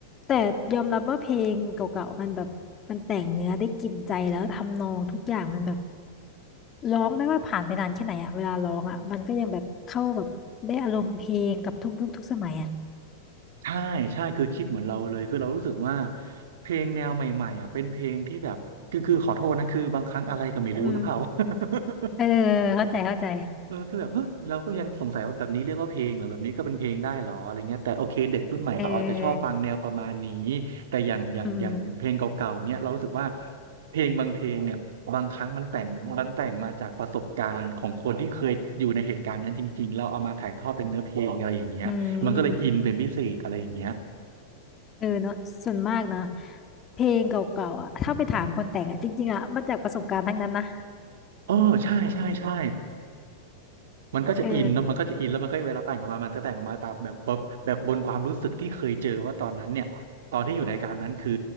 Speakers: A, on the left (about 30°); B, on the right (about 65°).
A: แต่ยอมรับว่าเพลงเก่าๆมันแบบมันแต่งเนื้อได้กินใจแล้วทำนองทุกอย่างมันแบบร้องไม่ว่าผ่านไปนานแค่ไหนอะเวลาร้องอะมันก็ยังแบบเข้าแบบได้อารมณ์เพลงกับทุกยุคทุกสมัยอะ
B: ใช่ใช่คือคิดเหมือนเราเลยคือเรารู้สึกว่าเพลงแนวใหม่ๆอ่ะเป็นเพลงที่แบบคือคือขอโทษนะคือบางครั้งอะไรก็ไม่รู้นะเปล่า
A: อืมเออ
B: <laughs>
A: เข้าใจเข้าใจ
B: เออคือแบบเฮ้ยเราก็ยังสงสัยว่าแบบนี้เรียกว่าเพลงเหรอแบบนี้ก็เป็นเพลงได้เหรออะไรเงี้ยแต่โอเคเด็กรุ่นใหม่เขาอาจจะชอบฟังแนวประมาณนี้
A: เออ
B: แต่อย่างอย่างอย่างเพลงเก่าๆเนี้ยเรารู้สึกว่า
A: อืม
B: เพลงบางเพลงเนี่ยบางครั้งมันแต่งมันแต่งมาจากประสบการณ์ของคนที่เคยอยู่ในเหตุการณ์นั้นจริงๆเราเอามาถ่ายทอดเป็นเนื้อเพลงอะไรอย่างเงี้ยมันก็เลยอินเป็นพิเศษอะไรอย่างเงี้ย
A: อืมเออเนาะส่วนมากนะเพลงเก่าๆอะถ้าไปถามคนแต่งอะจริงๆอะมาจากประสบการณ์ทั้งนั้นนะ
B: เออใช่ใช่ใช่ มันก็จะอินแล้วมันก็จะอินแล้วมันก็เวลาแต่งออกมามันจะแต่งออกมาตามแบบแบบแบบบนความรู้สึกที่เคยเจอว่าตอนนั้นเนี่ยตอนที่อยู่ในการนั้นคือ
A: เออ